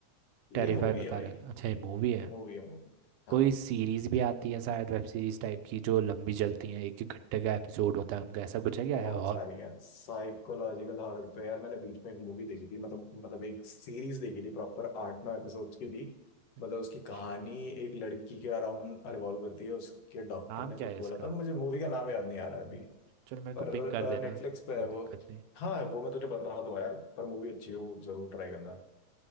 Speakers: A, on the right; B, on the left.
A: टेरिफाई
B: ये मूवी
A: बता
B: है भाई
A: रहा था अच्छा ये मूवी है
B: मूवी है मूवी हाँ
A: कोई सीरीज भी आती है शायद वेब सीरीज टाइप की जो लंबी चलती है एक एक घंटे का एपिसोड होता है उनका ऐसा कुछ है क्या
B: बहुत
A: है और
B: सारी है साइकोलॉजिकल हॉरर पे यार मैंने बीच में एक मूवी देखी थी मतलब मतलब एक सीरीज देखी थी प्रॉपर आठ नौ एपिसोड्स की थी
A: अच्छा
B: मतलब उसकी कहानी एक लड़की के अराउंड रिवॉल्व करती है उसके डॉक्टर
A: नाम
B: ने
A: क्या
B: कुछ
A: है इसका
B: बोला था मुझे मूवी का नाम याद नहीं आ रहा है अभी
A: चलो मेरे को
B: पर
A: पिंक कर देना
B: नेटफ्लिक्स पे
A: कोई
B: है
A: दिक्कत
B: वो
A: नहीं
B: हाँ वो मैं तुझे बता दूंगा यार पर मूवी अच्छी है वो जरूर ट्राई करना